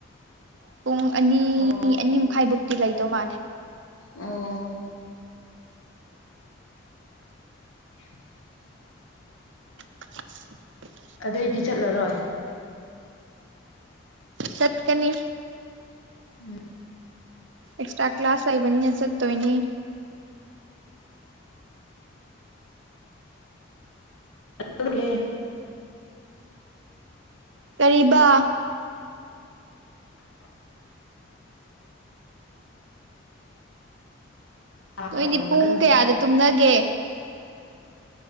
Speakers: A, on the right; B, on the left.
A: ꯄꯨꯡ ꯑꯅꯤ
B: ꯑꯣ
A: ꯑꯅꯤ ꯃꯈꯥꯏꯕꯨꯛꯇꯤ ꯂꯩꯗꯧ ꯃꯥꯜꯂꯦ
B: ꯑꯣ <inaudible>
A: <unintelligible>
B: ꯑꯗꯨꯏꯗꯤ ꯆꯠꯂꯔꯣꯏ
A: ꯆꯠ ꯀꯅꯤ
B: ꯎꯝ
A: ꯑꯦꯛꯁꯇ꯭ꯔꯥ ꯀ꯭ꯂꯥꯁ ꯂꯩꯕꯅꯤꯅ ꯆꯠ ꯇꯣꯏꯅꯤ
B: ꯇꯨꯝꯒꯦ
A: ꯀꯔꯤꯕ
B: <inaudible> ꯌꯥꯝ
A: ꯅꯣꯏꯗꯤ ꯄꯨꯡ
B: ꯀꯟꯅ
A: ꯀꯌꯥꯗ ꯇꯨꯝꯅꯒꯦ